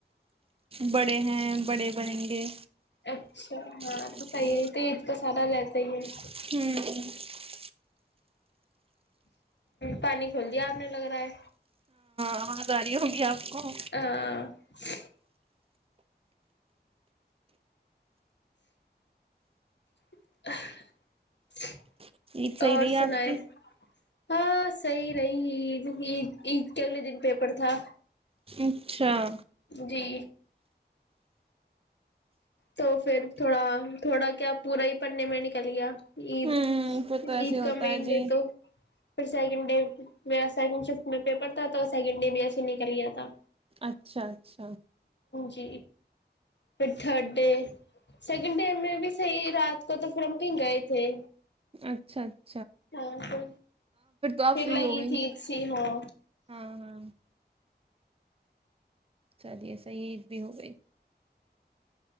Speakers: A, on the right; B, on the left.
A: بڑے ہیں بڑے بنیں گے
B: اچھا ہاں
A: جی
B: تو صحی ہے تیز کا سارا لیتے ہی ہیں
A: ہوں
B: پانی کھول دیا آپ نے لگ رہا ہے
A: آاںازاری ہوں گی آپ کو
B: ہ <unintelligible> <unintelligible>
A: عید صحیح
B: اور
A: رہی
B: سنیں
A: آپ کی
B: ہاں صحیح رہی عید عید عید کے اگلے دن پیپر تھا
A: اچھا
B: جی تو پھر تھوڑا تھوڑا کیا پورا ہی پنے میں نکل گیا عید
A: ہوں پھر تو ایسے
B: عید
A: ہوتا
B: کا مین
A: ہے جی
B: ڈے تو پھر سیکنڈ ڈے میرا سیکنڈ ففتھ میں پیپر تھا تو second day B S C نکل لیا تھا
A: اچھا اچھا
B: جھ پھر تھرڈ ڈے سیکنڈ ڈے میں بھی صحیح رات کو تو پھر ہم کہیں گئے تھے
A: اچھاچ
B: ہاں پ
A: آپ
B: پھر
A: فری
B: لگی
A: ہو گئی
B: تھی اچ سھی ہاں
A: ہاں ہاں چلیے صحی عید بھی ہو گئی